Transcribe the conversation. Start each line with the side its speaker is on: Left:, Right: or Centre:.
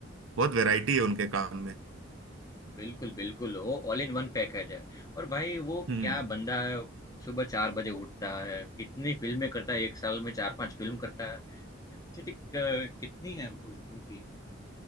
Right: बहुत वैरायटी है उनके काम में
Left: बिल्कुल बिल्कुल वो ऑल इन वन पैकेज है और भाई वो
Right: हम्म
Left: क्या बंदा है सुबह चार बजे उठता है कितनी फिल्में करता है एक साल में चार पांच फिल्म करता है कैपेसिटी कितनी है उस- उनकी